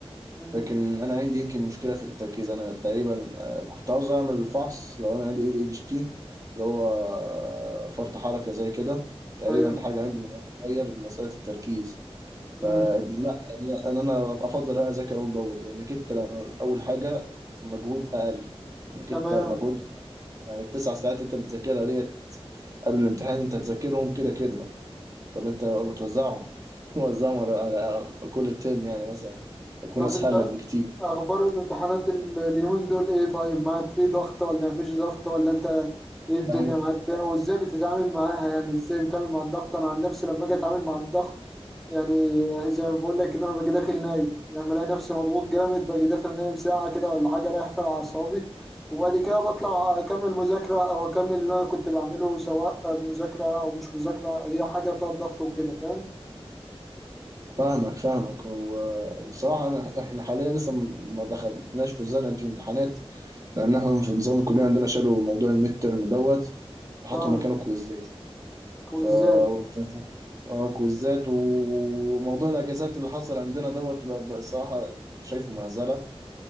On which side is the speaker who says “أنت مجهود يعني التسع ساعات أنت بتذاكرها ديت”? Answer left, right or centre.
Right